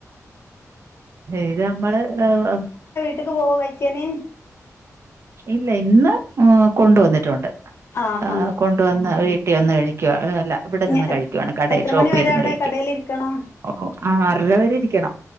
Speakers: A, on the right; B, on the left.
A: ഇത് നമ്മള് ഏഹ്
B: വീട്ട്ക്ക് പോകോ കഴിക്കാന്.
A: ഇല്ല ഇന്ന് ഉ കൊണ്ടുവന്നിട്ടുണ്ട്
B: ആ
A: ആകൊ
B: ആ
A: ണ്ടുവന്ന് വീട്ടിവന്ന് കഴിക്കുവാ ഏ അല്ല ഇവിടെനിന്ന്
B: ഇനി
A: കഴിക്കുവാണ് കടയിൽ
B: എത്ര
A: ഷോപ്പിരുന്ന്
B: മണി വരെ അവിടെ
A: കഴിക്കാ
B: കടയിൽ ഇരിക്കണം
A: അഹ് അ അറര വരെഇരിക്കണം.